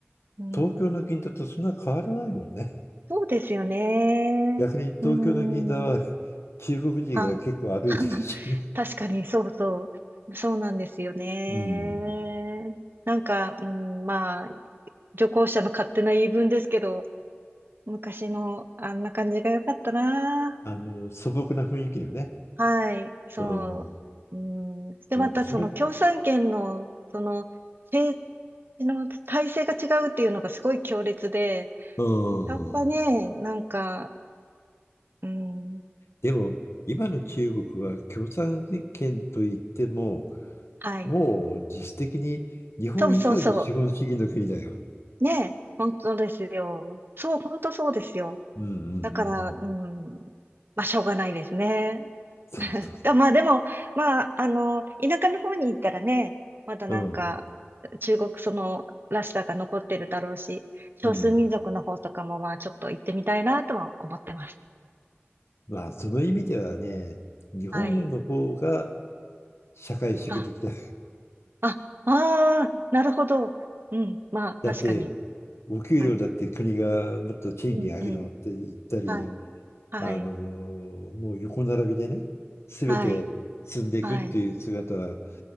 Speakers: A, on the right (about 55°); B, on the left (about 85°).
A: うん。
B: 東京の銀座とそんな変わらないもんね。
A: そうですよね。
B: 逆に東京の銀座は
A: うん。
B: 中国人が結構歩いてるし、
A: はい。<laughs> 確かに、そうそう。そうなんですよね。
B: うん。
A: なんか、うん、まあ、旅行者の勝手な言い分ですけど、昔のあんな感じが良かったな。
B: あの、素朴な雰囲気のね。
A: はい、そう。
B: うん
A: うん、で、
B: なんかそれ、
A: また、その共産圏の、その、政治の体制が違うっていうのがすごい強烈で、
B: う
A: やっぱね、
B: ん。
A: なんか、うん、
B: でも、今の中国は共産権といっても、
A: はい。
B: もう実質的に日本以上に資本主義の国だよ。
A: そうそうそう。ねえ、本当ですよ。そう、本当そうですよ。
B: うんうんうんう
A: だから、う
B: ん。
A: ん、まあ、しょうがないですね。
B: そうそうそ
A: <laughs> だまあ、でも、まあ、あの、田舎の方に行ったらね、まだなんか、
B: う。うん
A: 中国そのらしさが残ってるだろうし、少数民族の方とかも、
B: うん。
A: まあ、ちょっと行ってみたいなとは思ってます。
B: まあ、その意味ではね、日本の方が
A: はい。
B: 社会主義的だ。
A: あ、あ、ああ、なるほど。うん、まあ、確かに。
B: だって、お給料だって国がもっと賃金上げろって言ったり、
A: はい。うん、うん。はい。はい。
B: あのもう横並びでね、すべて進んでいくっていう姿は
A: はい。はい。